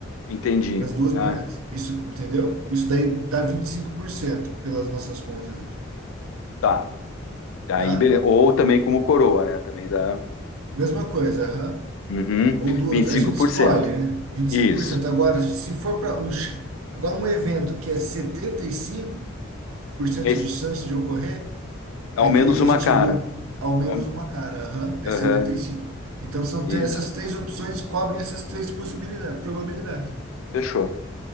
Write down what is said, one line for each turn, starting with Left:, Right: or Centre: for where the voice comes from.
Left: Entendi.
Right: nas duas
Left: Ah,
Right: moedas. Isso, entendeu? Isso daí dá 25% pelas nossas contas aqui,
Left: tá. Aí,
Right: tá?
Left: beleza. Ou também como coroa, né? Também dá.
Right: Mesma coisa, aham.
Left: Uhum.
Right: Ou duas,
Left: vinte e
Right: a
Left: cinco
Right: gente
Left: por
Right: escolhe,
Left: cento.
Right: né? vinte e
Left: Isso.
Right: cinco por cento Agora, se for para um, ch- agora um evento que é setenta e cinco por cento
Left: Esse-
Right: de chance de ocorrer,
Left: ao
Right: é aquele
Left: menos
Right: que
Left: uma
Right: a gente
Left: cara.
Right: viu ao menos
Left: Ao-
Right: uma cara. Aham, é
Left: Aham.
Right: setenta e cinco Então são
Left: Isso.
Right: três, essas três opções cobrem essas três possibilidades, probabilidades.
Left: Fechou.